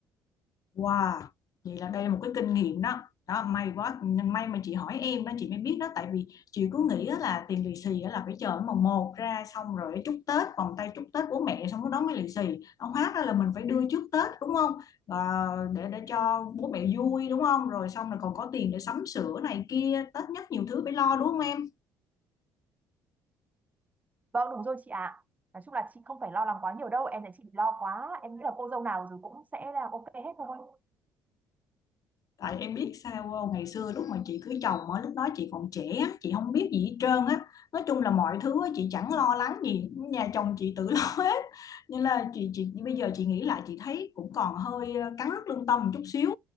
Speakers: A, on the left; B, on the right.
A: Wow, vậy là đây là một cái kinh nghiệm đó. Đó, may quá, may mà chị hỏi em đó chị mới biết đó tại vì chị cứ nghĩ á là tiền lì xì á là phải chờ mùng một ra xong rồi chúc Tết vòng tay chúc Tết bố mẹ xong cái đó mới lì xì nó hóa ra là mình phải đưa trước Tết đúng không Và để để cho bố mẹ vui đúng không rồi xong là còn có tiền để sắm sửa này kia Tết nhất nhiều thứ phải lo đúng không em
B: vâng đúng rồi chị ạ nói chung là chị không phải lo lắng quá nhiều đâu em thấy chị bị lo quá em nghĩ là cô dâu nào rồi cũng sẽ là ok hết thôi
A: tại em biết sao không? ngày xưa lúc mà chị cưới chồng á lúc đó chị còn trẻ chị không biết gì hết trơn á nói chung là mọi thứ á, chị chẳng lo lắng gì nhà chồng chị tự <laughs> lo hết nên là chị chị bây giờ chị nghĩ lại chị thấy cũng còn hơi ờ, cắn rứt lương tâm một chút xíu